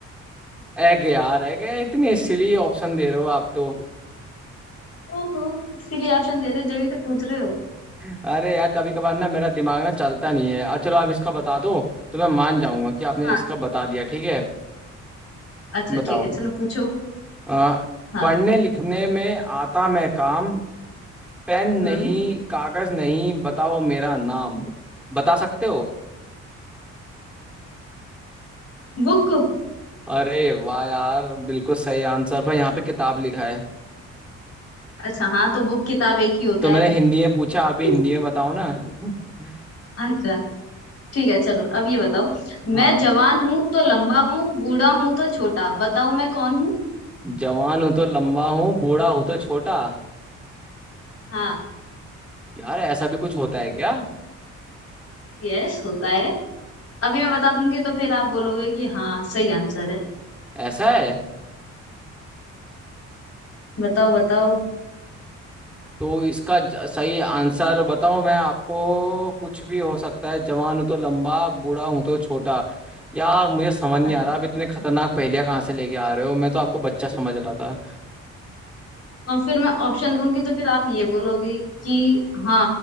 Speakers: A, in the centre; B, on the left.
A: एग यार एग इतने इसलिए ऑप्शन दे रहे हो आप तो
B: ओहो इसीलिए ऑप्शन दे रहे हो, जब ही तो पूछ रहे हो
A: अरे यार कभी कभार ना मेरा दिमाग ना चलता नहीं है आ, चलो आप इसका बता दो तो मैं मान जाऊंगा कि आपने
B: हाँ
A: इसका बता दिया ठीक है
B: अच्छा
A: बताओ
B: ठीक है चलो पूछो
A: आ,
B: हाँ
A: पढ़ने लिखने में आता मैं काम पेन नहीं
B: हम्म
A: कागज नहीं बताओ मेरा नाम बता सकते हो
B: बुक
A: अरे वाह यार बिल्कुल सही आंसर पर यहाँ पे किताब लिखा है
B: अच्छा हाँ तो बुक किताब एक ही होता
A: तो मैंने
B: है
A: हिंदी में पूछा आप भी
B: <laughs>
A: हिंदी में बताओ ना <laughs>
B: अच्छा ठीक है चलो अब ये बताओ
A: हाँ
B: मैं जवान हूँ तो लंबा हूँ बूढ़ा हूँ तो छोटा बताओ मैं कौन हूँ
A: जवान हो तो लंबा हूँ बूढ़ा हो तो छोटा
B: हाँ
A: यार ऐसा भी कुछ होता है क्या
B: यस होता है अभी मैं बता दूंगी तो फिर आप बोलोगे कि हाँ सही आंसर है
A: ऐसा है
B: बताओ बताओ
A: तो इसका ज- सही आंसर बताऊं मैं आपको कुछ भी हो सकता है जवान हूं तो लंबा बूढ़ा हूं तो छोटा यार मुझे समझ नहीं
B: हाँ।
A: आ रहा आप इतने खतरनाक पहेलियां कहाँ से लेके आ रहे हो मैं तो आपको बच्चा समझ रहा था
B: और फिर मैं ऑप्शन दूंगी तो फिर आप ये बोलोगे कि हाँ